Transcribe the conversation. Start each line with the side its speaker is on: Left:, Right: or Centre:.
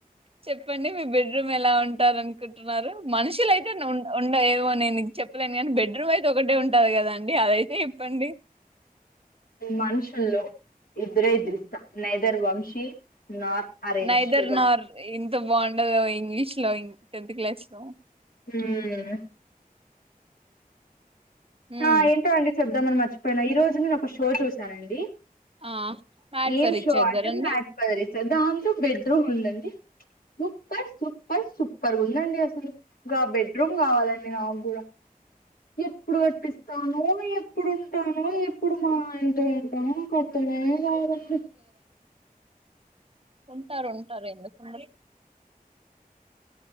Right: చెప్పండి మీ బెడ్రూమ్ ఎలా ఉంటారు అనుకుంటున్నారు మనుషుల అయితే ఉ ఉండ ఏవో నేను చెప్పలేను కానీ బెడ్రూమ్ అయితే ఒకటే ఉంటది కదాండి అదైతే చెప్పండి
Left: మనుషుల్లో ఇద్దరే ఇద్దరు ఇస్తా నైదర్ వంశీ నార్ అరేంజ్డ్
Right: నైదర్ నార్ ఇంత బాగుండదో ఇంగ్లీష్ లో టెన్త్ క్లాస్ లో
Left: ఉమ్
Right: మ్మ్.
Left: ఆ ఎంటో అండి చెప్పుదామని మర్చిపోయిన ఈరోజు నేను ఒక షో చూశానండి
Right: ఆ మ్యాట్
Left: ఏం
Right: సార్ ఇచ్చేద్దారండి
Left: షో అంటే నాటపారీత్యా దాంట్లో బెడ్రూమ్ ఉందండి <unintelligible> పస్ సూపర్గా ఉందండి అసలు గా బెడ్రూమ్ కావాలండి నాకు గుడ ఎప్పుడు కట్టిపిస్తానో ఎప్పుడుంటాము ఎప్పుడు మా ఆయన తో ఉంటానో పొద్దున్నే లేవరండీ
Right: ఉంటారుంటారు ఎందుకుండరు